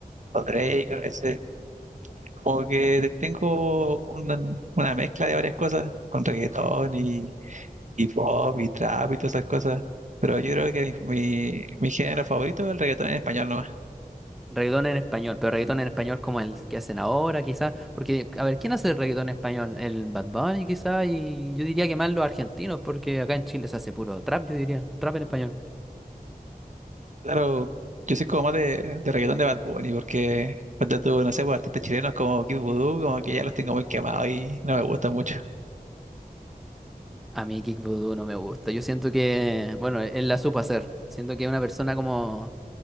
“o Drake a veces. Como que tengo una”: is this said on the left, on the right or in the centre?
Right